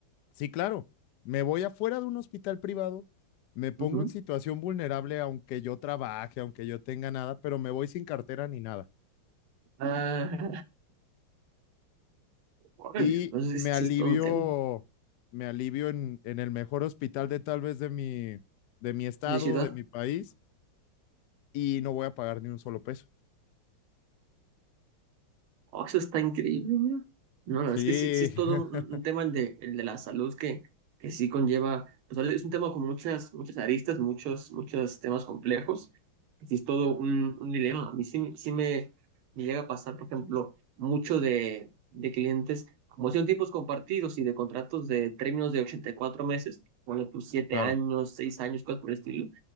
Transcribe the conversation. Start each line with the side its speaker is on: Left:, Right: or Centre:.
Left: Sí, claro, me voy afuera de un hospital privado, me pongo
Right: Ujú.
Left: en situación vulnerable, aunque yo trabaje, aunque yo tenga nada, pero me voy sin cartera ni nada.
Right: Ah, <laughs> órale,
Left: y
Right: entonces
Left: me
Right: sí
Left: alivio,
Right: sí es todo un tema
Left: me alivio en, en el mejor hospital de tal vez de mi, de mi estado,
Right: de ciudad.
Left: de mi país, y no voy a pagar ni un solo peso.
Right: Oh, eso está increíble, mira. No, la verdad
Left: Sí,
Right: es que sí, sí es todo
Left: <laughs>
Right: un, un tema el de, el de la salud que, que sí conlleva, pues ahora es un tema con muchas, muchas aristas, muchos, muchos temas complejos, que sí es todo un, un dilema. A mí sí, sí me, me llega a pasar, por ejemplo, mucho de, de clientes, como son tipos compartidos y de contratos de términos de 84 meses, ponle tus siete
Left: claro.
Right: años, 6 años, cosas por el estilo